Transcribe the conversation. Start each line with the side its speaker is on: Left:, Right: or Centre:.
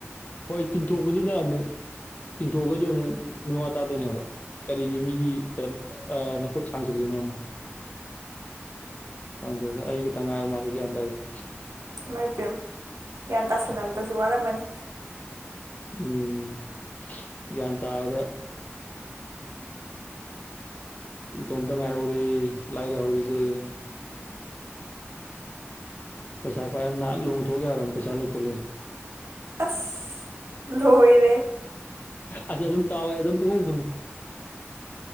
Left: ꯍꯣꯏ ꯇꯤꯡꯊꯣꯛꯄꯗꯨꯗ ꯑꯃꯨꯛ ꯇꯤꯡꯊꯣꯛꯑꯒꯁꯨ ꯑꯃꯨꯛ ꯃꯤꯋꯥ ꯇꯥꯗꯣꯏꯅꯦꯕ ꯀꯔꯤꯒꯤ ꯃꯤꯒꯤꯗ ꯑꯥ ꯅꯈꯨꯠ ꯁꯥꯡꯖꯤꯜꯂꯤꯅꯣꯅ ꯀꯥꯟꯅꯗꯦꯗ ꯑꯩ ꯈꯤꯇ ꯉꯥꯏꯔ ꯃꯥꯜꯂꯦ ꯒ꯭ꯌꯥꯟ ꯇꯥꯏꯁꯦ
Right: ꯏꯃꯥꯏ ꯄꯦꯝꯃ ꯒ꯭ꯌꯥꯟ ꯇꯥꯥꯁꯟꯅꯕꯗꯁꯨ ꯋꯥꯔꯝꯃꯅꯤ
Left: ꯎꯝ ꯒ꯭ꯌꯥꯟ ꯇꯥꯕꯗ ꯏꯇꯣꯝꯇ ꯉꯥꯏꯍꯧꯔꯦ ꯂꯥꯏꯔꯍꯧꯔꯤꯁꯦ ꯄꯩꯁꯥ ꯄꯥꯏꯔꯕ ꯅꯍꯥꯟ ꯂꯨꯣꯡꯊꯣꯛ ꯌꯥꯔꯝ ꯄꯩꯁꯥ ꯂꯩꯇ ꯂꯩꯔꯦ
Right: ꯑꯁ ꯂꯣꯏꯔꯦ
Left: ꯑꯁ ꯑꯗꯨꯝ ꯇꯥꯎꯋꯦ ꯑꯗꯨꯝ ꯄꯨꯈꯨꯝ ꯈꯨꯝꯃꯨ